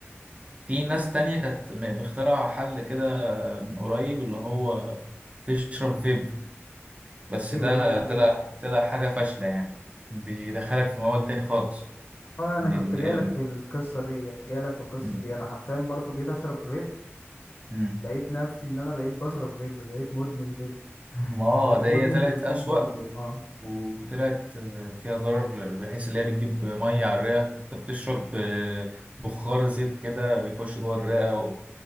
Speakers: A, on the right; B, on the left.
A: في ناس
B: بس
A: تانية كانت م- مخترعة حل كده من قريب اللي هو تشرب فيب بس
B: ايوه
A: ده
B: ايوه
A: طلع
B: أيوه.
A: طلع حاجة فاشلة يعني بيدخلك في موال تاني خالص
B: انا انا
A: من
B: كنت
A: ال...
B: جاي
A: ال...
B: لك في القصه ديت جاي لك في القصه
A: م-
B: دي انا حرفيا برضو جيت اشرب فيب
A: م.
B: لقيت نفسي ان انا بقيت بشرب فيب بقيت مدمن فيب <laughs>
A: ما
B: بقيت
A: ده
B: مدمن
A: هي طلعت
B: نيكوتين
A: أسوأ
B: برضو اه
A: وطلعت آه، فيها ضرر بحيث اللي هي بتجيب ميه على الرئه انت بتشرب آه، بخار زيت كده بيخش جوه الرئه